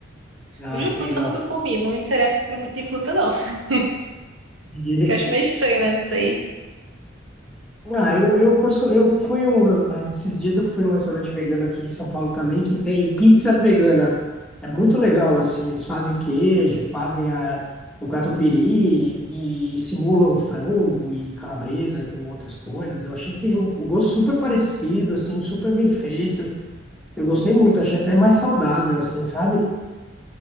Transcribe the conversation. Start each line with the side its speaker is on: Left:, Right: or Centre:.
Centre: Ah,
Right: De
Centre: que
Right: fruta
Centre: legal.
Right: eu nunca comi, não me interessa comer muito de fruta, não. <laughs>
Centre: Entendi.
Right: Que eu acho meio estranho, né? Não sei.
Centre: Ah, eu, eu, consu- eu fui um. Esses dias eu fui num restaurante vegano aqui em São Paulo também, que tem pizza vegana. É muito legal, assim. Eles fazem o queijo, fazem a, o catupiry e simulam frango e calabresa com outras coisas. Eu achei que o o gosto super parecido, assim, super bem feito. Eu gostei muito, achei até mais saudável, assim, sabe?